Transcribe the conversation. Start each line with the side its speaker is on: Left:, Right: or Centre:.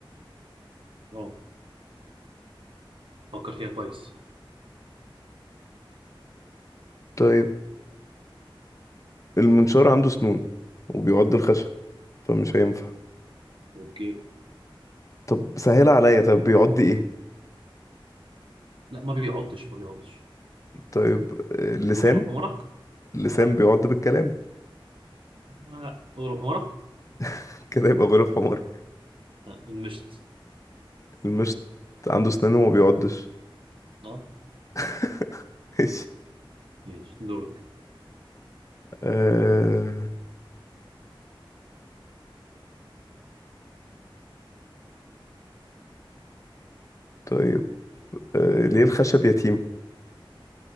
Right: اه فكر فيها كويس
Left: طيب المنشار عنده سنون وبيعض الخشب فمش هينفع
Right: اوكي
Left: طب سهل عليا طب بيعض ايه
Right: لا ما بيعضش ما بيعضش
Left: طيب آه، لسان
Right: غلو حمرك
Left: لسان
Right: لا
Left: بيعض بالكلام
Right: لا أول حمارك
Left: <laughs> كده يبقى غريب حماري
Right: آه، المشت
Left: المشط عنده سنانه وما بيعضش
Right: اه
Left: <laughs> ماشي
Right: ماشي دورك
Left: آه... طيب آه... ليه الخشب يتيم